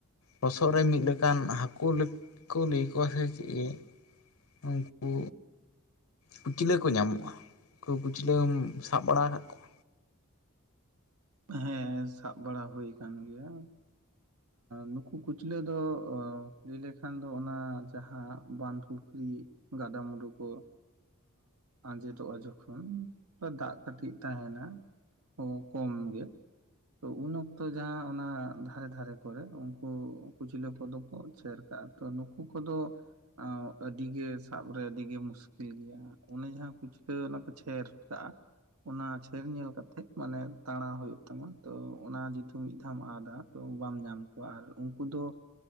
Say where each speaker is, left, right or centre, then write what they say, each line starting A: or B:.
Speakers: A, on the left; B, on the right.
A: ᱞᱚᱥᱚᱫ ᱨᱮ ᱢᱤᱫ ᱞᱮᱠᱟᱱ ᱦᱟᱹᱠᱩ ᱠᱚ ᱞᱟᱹᱭ ᱠᱚᱣᱟ ᱥᱮ ᱪᱮᱫ ᱩᱱᱠᱩ ᱠᱩᱩᱪᱞᱟᱹ ᱠᱚ ᱧᱟᱢᱚᱜᱼᱟ ᱩᱱᱠᱩ ᱠᱩᱪᱞᱟᱹᱢ ᱥᱟᱵ ᱵᱟᱲᱟ ᱟᱠᱟᱫ ᱠᱚᱣᱟ
B: ᱦᱮᱸ ᱥᱟᱵ ᱵᱟᱲᱟ ᱦᱩᱭ ᱟᱠᱟᱱ ᱜᱮᱭᱟ ᱱᱩᱠᱩ ᱠᱩᱪᱞᱟᱹ ᱫᱚ ᱞᱟᱹᱭ ᱞᱮᱠᱷᱟᱱ ᱫᱚ ᱚᱱᱟ ᱡᱟᱦᱟᱸ ᱵᱟᱸᱫ ᱯᱩᱠᱷᱨᱤ ᱜᱟᱰᱟ ᱢᱩᱰᱩ ᱠᱚ ᱟᱸᱡᱮᱫᱚᱜᱼᱟ ᱡᱚᱠᱷᱚᱱ ᱫᱟᱜ ᱠᱟᱹᱴᱤᱡ ᱛᱚ ᱛᱟᱦᱮᱸᱱᱟ ᱚ ᱠᱚᱢ ᱜᱮᱭ᱾ ᱛᱚ ᱩᱱ ᱚᱠᱛᱚ ᱡᱟᱦᱟᱸ ᱚᱱᱟ ᱫᱷᱟᱨᱮ ᱫᱷᱟᱨᱮ ᱠᱚᱨᱮ ᱩᱱᱠᱩ ᱠᱩᱪᱞᱟᱹ ᱠᱚᱫᱚ ᱠᱚ ᱪᱷᱮᱨ ᱠᱟᱜᱼᱟ᱾ ᱛᱚ ᱱᱩᱠᱩ ᱠᱚᱫᱚ᱾ ᱟᱹᱰᱤ ᱜᱮ ᱥᱟᱵ ᱨᱮ ᱟᱹᱰᱤ ᱜᱮ ᱢᱩᱥᱠᱤᱞ ᱜᱮᱭᱟ ᱚᱱᱮ ᱡᱟᱦᱟᱸ ᱠᱷᱩᱪᱞᱟᱹ ᱚᱱᱟ ᱠᱚ ᱪᱷᱮᱨ ᱠᱟᱜᱼᱟ ᱚᱱᱟ ᱪᱷᱮᱨ ᱧᱮᱞ ᱠᱟᱛᱮᱜ ᱢᱟᱱᱮ ᱛᱟᱸᱲᱟᱣ ᱦᱩᱭᱩᱜ ᱛᱟᱢᱟ ᱛᱚ ᱚᱱᱟ ᱡᱚᱫᱤ ᱢᱤᱫ ᱫᱷᱟᱣ ᱮᱢ ᱟᱫᱟ ᱛᱚ ᱵᱟᱢ ᱧᱟᱢ ᱠᱚᱣᱟ ᱟᱨ ᱩᱱᱠᱩ ᱫᱚ